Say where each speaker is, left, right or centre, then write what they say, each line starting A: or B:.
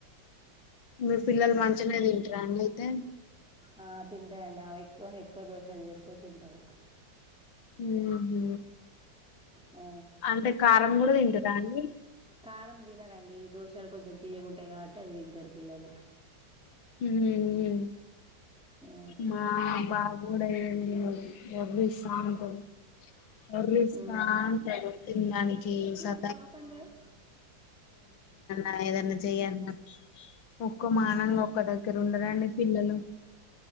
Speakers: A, on the left; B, in the centre.
A: మీ పిల్లలు మంచినే తింటారా అండి అయితే
B: ఆ తింటారండి ఆ ఎక్కువ ఎక్కువ దోసలు చేస్తే తింటారు
A: హు హు
B: ఆ
A: అంటే కారం కూడా తింటరా అండి
B: కారం తినరండి దోసలు కొంచెం తీయగుంటాయి కావట్టి అవి తింటారు పిల్లలు
A: హు హు
B: ఆ,
A: మా బాబు కూడా ఏందో ఒర్రిస్తా ఉంటాడు ఒర్రిస్
B: మ్మ్.
A: రా అంటరు తినడానికి చేసా
B: ఇవి ఓపెన్ చేయ్
A: ఆ ఏదన్నా చెయ్యాలన్న ఒక్కో మానంగా ఒక్క దగ్గర ఉండరండి పిల్లలు